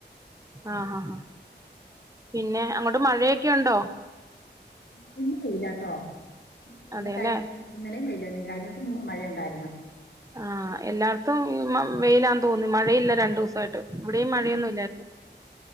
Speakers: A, on the right; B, on the left.
A: ആഹ ആാ ആാ പിന്നെ അങ്ങോട്ട് മഴയൊക്കെ ഉണ്ടോ
B: മ ഇന്ന് വെയിലാട്ടോ ഇന്ന്
A: അതെല്ലേ
B: കഴി ഇന്നലെയും വെയില വെയയി കഴിഞ്ഞ ദിവസം മഴയ ഉണ്ടായിരുന്നു
A: ആ എല്ലാർത്തും വെയിലാ തോന്നി മഴയില്ല രണ്ടു ദിവസ ആയിട്ട് ഇവിടെ മഴയൊന്നുമല്ലായിരുന്നു